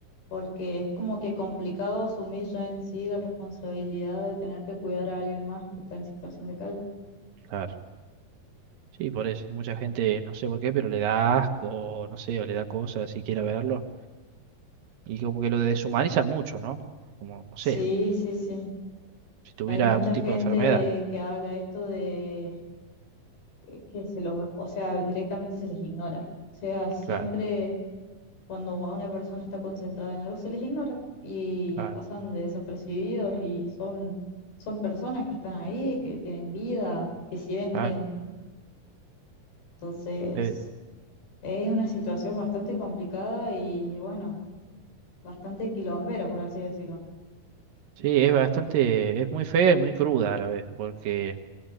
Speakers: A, on the left (about 80°); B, on the right (about 70°).
A: porque es como que complicado asumir ya en sí la responsabilidad de tener que cuidar a alguien más que está en situación de calle.
B: claro. Sí, por eso. Y mucha gente, no sé por qué, pero le da asco, no sé, o le da cosas si quiere verlo. Y como que lo deshumanizan mucho, ¿no? Como, no
A: Sí,
B: sé,
A: sí, sí.
B: si tuviera
A: Hay mucha
B: algún
A: gente
B: tipo de enfermedad.
A: que habla esto de que que se los, o sea, directamente se les ignora. O sea, siempre
B: Claro,
A: cuando a una persona está concentrada en algo se les ignora y
B: claro,
A: pasan de desapercibidos y son, son personas que están ahí, que tienen vida, que sienten.
B: claro.
A: Entonces,
B: Eh,
A: Es una situación bastante complicada y bueno, bastante quilombera, por así decirlo.
B: sí, es bastante, es muy fea y muy cruda a la vez, porque